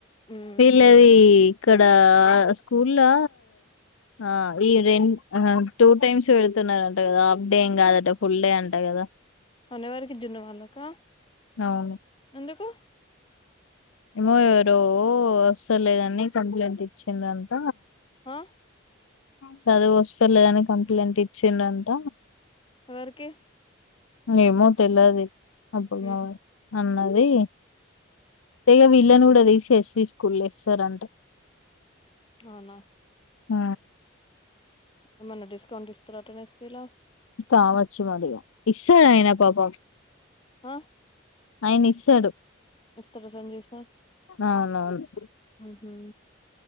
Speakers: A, on the left (about 25°); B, on the left (about 85°).
A: ఉమ్
B: వీళ్ళది ఇక్కడ స్కూల్లో ఆ ఈ రెం టూ టైమ్స్ వెళుతున్నారంట కదా హాఫ్ డే ఏం కాదట ఫుల్ డే అంట కదా
A: అదెవరికి జున్ను వాళ్ళకా
B: అవును
A: ఎందుకు
B: ఏమో ఎవరో అసరలేదని కంప్లైంట్ ఇచ్చిందంట
A: ఆ
B: చదువు వస్తలేదని కంప్లైంట్ ఇచ్చిండంట
A: ఎవరికి
B: ఏమో తెలవది అప్పుడు
A: ఉమ్
B: అన్నది ఇగ వీళ్ళని కూడా తీసేసి స్కూల్లో ఏసేసరంట
A: అవునా
B: ఆ
A: ఏమన్నా డిస్కౌంట్ ఇస్తారటనా స్కూల్లో
B: కావచ్చు మరిగా ఇస్తాడు ఆయన పాపం
A: ఆ
B: ఆయన ఇస్తాడు
A: <unintelligible>
B: అవునవును
A: ఉహూ